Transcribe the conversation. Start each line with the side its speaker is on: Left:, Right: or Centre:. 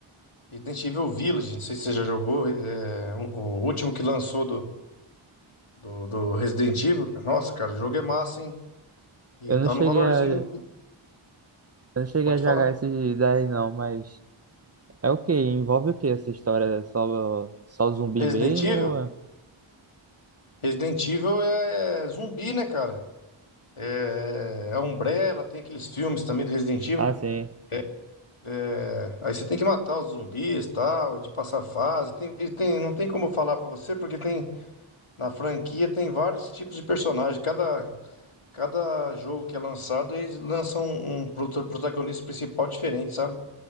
Left: Resident Evil Village, não sei se você já jogou, é, um- o último que lançou do, do, do Resident Evil. Nossa, cara, o jogo é massa, hein? E
Right: Eu
Left: tá
Right: não cheguei
Left: no valorzinho,
Right: a, eu não cheguei
Left: pode
Right: a jogar
Left: falar.
Right: esse daí não, mas é o quê? Envolve o quê essa história? É Só, só zumbi
Left: Resident
Right: mesmo?
Left: Evil?
Right: ou é-
Left: Resident Evil é zumbi, né, cara? É, é Umbrella, tem aqueles filmes também do Resident Evil.
Right: Ah, sim.
Left: É, é, Aí você tem que matar os zumbis, tal, é de passar fase. Tem, e tem- não tem como eu falar pra você, porque tem na franquia tem vários tipos de personagem. Cada, cada jogo que é lançado, eles lançam um, prota- protagonista principal diferente, sabe?